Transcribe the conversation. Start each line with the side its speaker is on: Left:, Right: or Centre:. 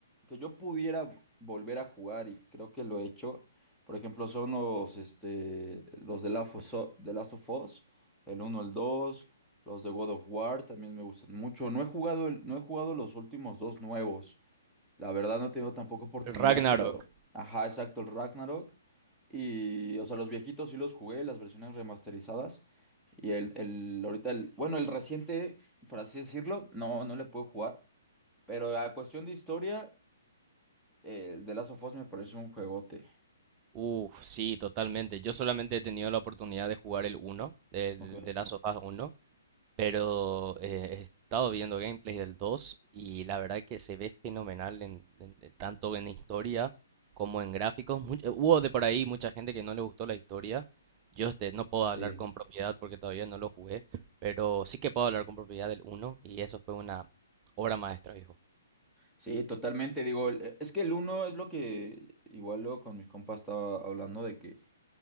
Centre: que yo pudiera volver a jugar y creo que lo he hecho. Por ejemplo, son los, este, los de Last of Us, de Last of Us, el uno el dos los de God of War también me gustan mucho. No he jugado, el- no he jugado los últimos dos nuevos, la verdad no he tenido tampoco oportunidad,
Right: El Ragnarok.
Centre: pero ajá, exacto, el Ragnarok. Y, o sea, los viejitos sí los jugué, las versiones remasterizadas. Y el, el, ahorita el, bueno, el reciente, por así decirlo, no, no le puedo jugar. Pero a cuestión de historia, eh, el de Last of Us me parece un juegote.
Right: Uf, sí, totalmente. Yo solamente he tenido la oportunidad de jugar el uno de, de,
Centre: Ok.
Right: de Last of Us 1, Pero eh, he estado viendo gameplays del 2 y la verdad que se ve fenomenal en, en- en- tanto en historia como en gráficos. Much- eh, hubo de por ahí mucha gente que no le gustó la historia. Yo este, no puedo
Centre: Sí,
Right: hablar con propiedad porque todavía no lo jugué, pero sí que puedo hablar con propiedad del 1 y eso fue una obra maestra, hijo.
Centre: sí, totalmente. Digo, el- es que el uno es lo que igual luego con mis compas estaba hablando de que